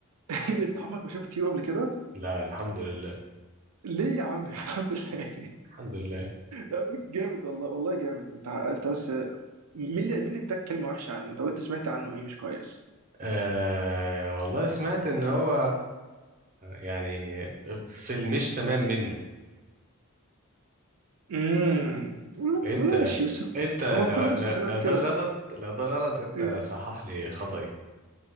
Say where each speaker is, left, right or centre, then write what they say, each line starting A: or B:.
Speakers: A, on the right; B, on the right.
A: <laughs> انت عمرك ما شفت يو قبل كده
B: لا الحمد لله
A: ليه يا عم <laughs> الحمد لله
B: الحمد لله
A: يا عم جامد والله والله جامد انت انت بس مين اللي مين اللي اداك كلمه وحشه عنه طب انت سمعت عنه ايه مش كويس
B: آه والله سمعت ان هو يعني في المش تمام منه
A: امم
B: انت
A: ماشي بس
B: انت لو
A: هو كل المسلسلات
B: لو لو ده
A: كده
B: غلط لو ده غلط انت
A: <laughs>
B: صحح لي خطأي